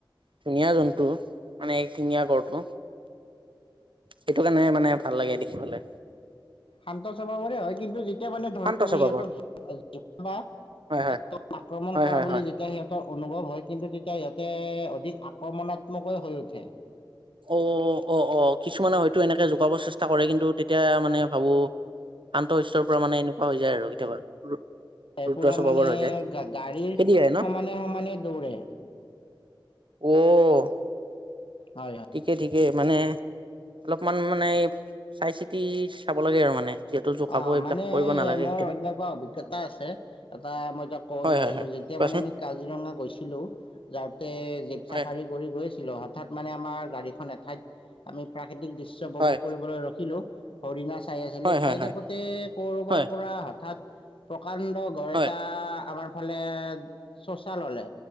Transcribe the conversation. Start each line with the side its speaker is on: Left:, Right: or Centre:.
Right: ধুনীয়া জন্তু, মানে এশিঙীয়া গঁড়টো সেইটো কাৰণে মানে ভাল লাগে দেখিবলে।
Left: শান্ত স্বভাৱৰে হয় কিন্তু যেতিয়া মানে ধৰক
Right: শান্ত
Left: তুমি
Right: স্বভাৱৰ
Left: সিহঁতক জো জোকাবা,
Right: হয় হয়
Left: <unintelligible> আক্ৰমণ
Right: হয়
Left: কৰা
Right: হয়
Left: বুলি
Right: হয়।
Left: যেতিয়া সিহঁতৰ অনুভৱ হয় কিন্তু তেতিয়া ইয়াতে, অধিক আক্ৰমণাত্মকেই হৈ উঠে।
Right: অ', অ', অ', কিছুমানে হয়তো এনেকে জোকাব চেচ কৰে কিন্তু তেতিয়া মানে ভাবো, শান্ত শিষ্টৰ পৰা মানে এনেকুৱা হৈ যায় আৰু কেতিয়াবা। ৰুদ্ৰ
Left: পুৰা
Right: স্বভাৱৰ
Left: মানে
Right: হৈ যায়
Left: গাড়ীৰ
Right: খেদি আহে ন
Left: সমানে সমানে দৌৰে।
Right: অহ।
Left: হয়।
Right: ঠিকে। <unintelligible> <unintelligible> মানে, অলপমান মানে, চাই চিতি চাব লাগে আৰু মানে। যিহেতু জোকাব
Left: অ',
Right: এইবিলাক
Left: মানে
Right: কৰিব
Left: এই
Right: নালাগে
Left: মোৰ
Right: কেতিয়াও
Left: এনেকুৱা অভিজ্ঞতা আছে, এটা মই তক কব
Right: হয়
Left: বিচাৰিছো
Right: হয় হয়
Left: যেতিয়া
Right: কোৱাচোন
Left: আমি কাজিৰঙা গৈছিলো যাওঁতে জিপ
Right: হয়
Left: চাফাৰী কৰি গৈ হঠাৎ মানে আমাৰ গাড়ীখন এঠাইত আমি প্ৰাকৃতিক দৃশ্য উপভোগ
Right: হয়
Left: কৰিবলৈ ৰখিলো। হৰিণা চাই আছিলো
Right: হয়
Left: চাই
Right: হয় হয়
Left: থাকোতে কৰবাৰ
Right: হয়
Left: পৰা হঠাৎ প্ৰকাণ্ড গৰ
Right: হয়
Left: এটা আমাৰ ফালে চোচা ললে